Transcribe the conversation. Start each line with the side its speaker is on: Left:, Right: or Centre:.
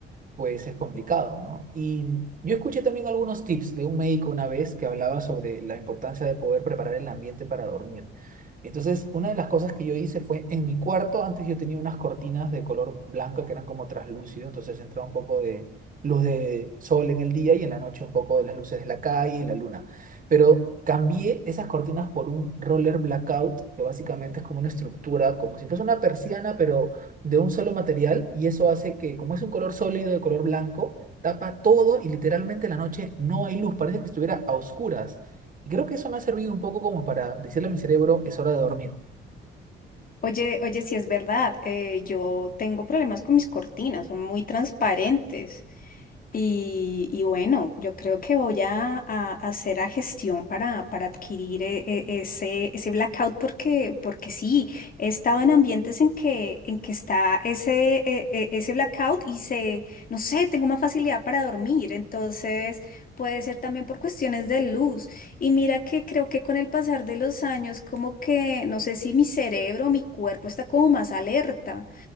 Right: pues es complicado, ¿no? Y yo escuché también algunos tips de un médico una vez que hablaba sobre la importancia de poder preparar el ambiente para dormir. Entonces, una de las cosas que yo hice fue en mi cuarto, antes yo tenía unas cortinas de color blanco que eran como traslúcido, entonces entraba un poco de luz de sol en el día y en la noche un poco de las luces de la calle y la luna. Pero cambié esas cortinas por un roller blackout, que básicamente es como una estructura, como si fuese una persiana, pero de un solo material y eso hace que, como es un color sólido de color blanco, tapa todo y literalmente en la noche no hay luz, parece que estuviera a oscuras. Y creo que eso me ha servido un poco como para decirle a mi cerebro, es hora de dormir.
Left: Oye, oye, sí es verdad, eh, yo tengo problemas con mis cortinas, son muy transparentes y, y bueno, yo creo que voy a, a hacer la gestión para, para adquirir eh, eh, ese, ese blackout porque, porque sí, he estado en ambientes en que, en que está ese, eh, eh, ese blackout y se, no sé, tengo más facilidad para dormir, entonces puede ser también por cuestiones de luz. Y mira que creo que con el pasar de los años, como que no sé si mi cerebro o mi cuerpo está como más alerta.